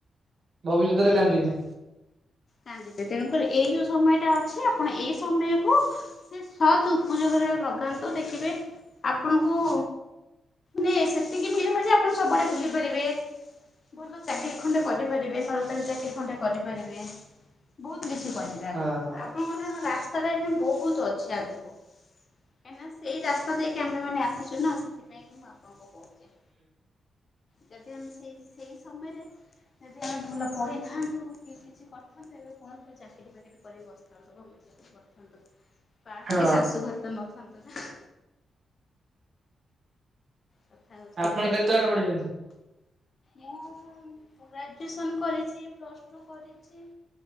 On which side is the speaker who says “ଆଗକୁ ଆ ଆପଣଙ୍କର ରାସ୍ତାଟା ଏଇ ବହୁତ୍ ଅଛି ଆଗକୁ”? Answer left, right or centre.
Left